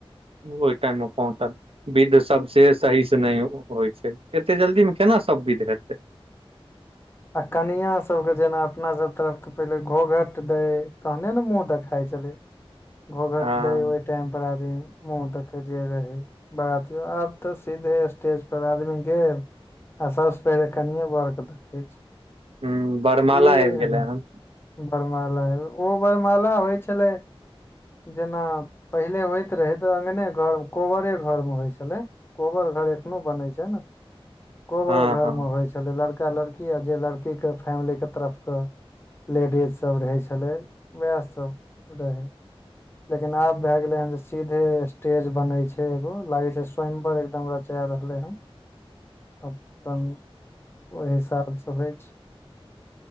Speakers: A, on the right; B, on the left.
A: ओहि टाइम मे पहुँचल विध सब से सही से नहि होइ छै एते जल्दी मे केना सब विध हैते
B: कनिया सब के जेना अपना सब तरफ त पहिले घोघट देै तहने ने मुँह देखाई छलै घोघट
A: हँ
B: दै ओहि टाइमपर आदमी मुँह देखैत जे रहे बरातियो आब तऽ सीधे स्टेज पर आदमी गेल आ सभसँ पहिले कनिए बरके देखै छै
A: ह बरमाला
B: एह
A: आबि गेलै हन
B: बरमाला मे ओ बरमाला होइ छलै जेना पहिले होइत रहै तऽ अंगने घरमे कोहबरे घरमे होइ छलै कोहबर घर एखनो बनै छै ने कोहबर
A: हँ
B: घर
A: हँ
B: मे होइ छै छलै लड़का लड़की आ जे लड़कीके फैमिलीके तरफके लेडीज सभ रहै छलै वएह सभ रहै लेकिन आब भए गेले हन जे सीधे स्टेज बने छै एगो लागे छै स्वयंवर एकदम रचा रहलै हन
A: <inaudible>
B: अपन ओहि हिसाबसँ होइ छै